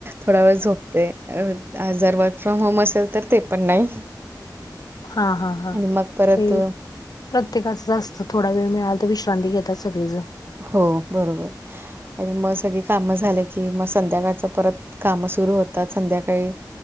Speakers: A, on the right; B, on the left.
A: थोडा वेळ झोपते अह आ जर वर्क फ्रॉम होम असेल तर ते पण नाही
B: हा हा हा
A: आणि मग परत
B: ते प्रत्येकाचं अस्त थोडा वेळ मिळाला तर विश्रांती घेतात सगळीजण
A: हो बरोबर आणि मग सगळी काम झाले की मग संध्याकाळच परत कामं सुरू होतात संध्याकाळी